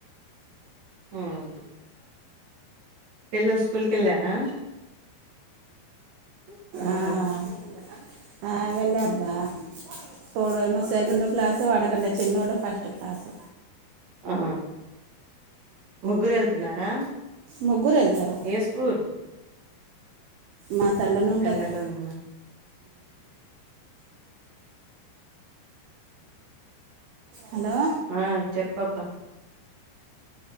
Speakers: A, on the right; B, on the right.
A: హ్మ్ పిల్లలు స్కూల్కి వెళ్లారా <unintelligible> ఊహూ
B: ఆ, ఆ వెళ్ళాడు రా ఒకడేమో సెకండ్ క్లాస్ వాడికంటే కంటే చిన్నోడు ఫస్ట్ క్లాస్
A: ఆ ముగ్గురు వెళ్తున్నారా
B: ముగ్గురు వెళ్తారు
A: ఏ స్కూల్
B: మా తెల్లనే ఉంటది
A: ఎండలోనేనా
B: హలో
A: ఆ చెప్పబ్బా